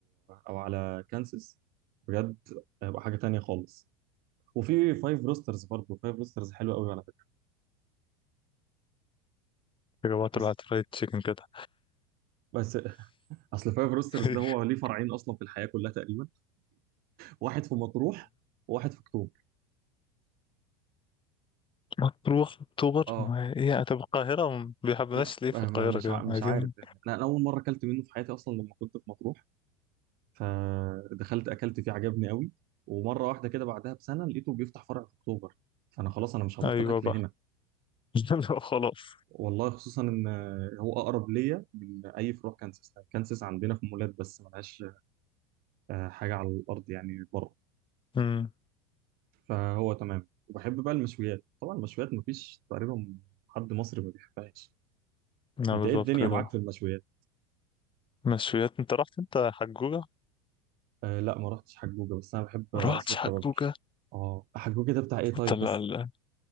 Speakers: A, on the right; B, on the left.
A: او على كانسس بجد هيبقى حاجه تانية خالص وفي فايف روسترز برضه فايف روسترز حلو قوي على فكره
B: يا جماعة طلعت
A: بس
B: هات فرايد تشيكن كده
A: بس اصل فايف روسترز
B: <laughs>
A: ده هو ليه فرعين اصلا في الحياه كلها تقريبا واحد في مطروح وواحد في اكتوبر
B: مطروح أكتوبر
A: اه
B: ما هي طب القاهرة ما بيحبناش
A: م-
B: ليه في
A: م-
B: القاهرة
A: مش
B: كده
A: ع- مش
B: عايزين
A: عارف يعني انا أنا اول مره اكلت منه في حياتي اصلا لما كنت في مطروح فدخلت اكلت فيه عجبني قوي ومره واحده كده بعدها بسنه لقيته بيفتح فرع في اكتوبر فانا خلاص انا مش هبطل
B: أيوة
A: اكل
B: بقى
A: هنا
B: <laughs> لا خلاص
A: والله خصوصا ان هو اقرب ليا من اي فروع كانسس كانسس عندنا في مولات بس ملهاش آه، حاجه على الارض يعني بره
B: امم
A: فهو تمام وبحب بقى المشويات طبعا المشويات مفيش تقريبا حد مصري ما بيحبهاش
B: نعم
A: انت
B: بالظبط
A: ايه الدنيا
B: كده
A: معاك في المشويات
B: مشويات انت رحت انت حجوجة
A: آه لا ما رحتش حجوجه بس انا بحب
B: رحت
A: آه، قصر الكبابجي
B: حجوجة
A: اه حجوجه ده بتاع ايه طيب
B: انت ال-
A: بس
B: ال-